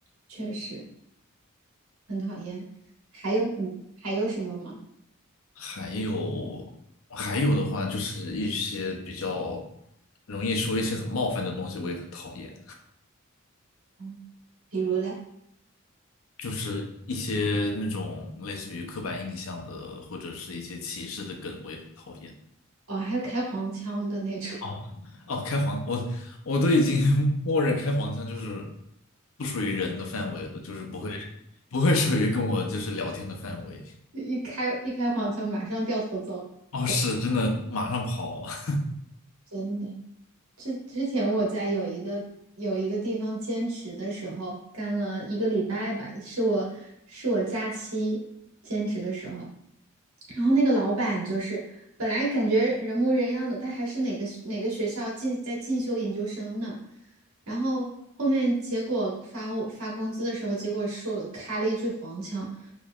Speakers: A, on the right; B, on the left.
A: 确实很讨厌。还有什还有什么吗？
B: 还有还有的话，就是一些比较容易说一些很冒犯的东西，我也很讨厌，
A: 嗯比如嘞？
B: 就是一些那种类似于刻板印象的或者是一些歧视的梗，我也很讨厌。
A: 哦，还有开黄腔的那种，
B: 哦哦，开黄，我我都已经 <laughs> 默认开黄腔就是不属于人的范围了，就是不会不会属于跟我就是聊天的范围。
A: <laughs> 一开一开黄腔马上掉头走走，
B: 哦，是真的，马上跑。<laughs>
A: 真的。之之前我在有一个有一个地方兼职的时候，干了一个礼拜吧，是我是我假期兼职的时候，然后那个老板就是本来感觉人模人样的，他还是哪个哪个学校进在进修研究生呢，然后后面结果发我发工资的时候，结果说开了一句黄腔，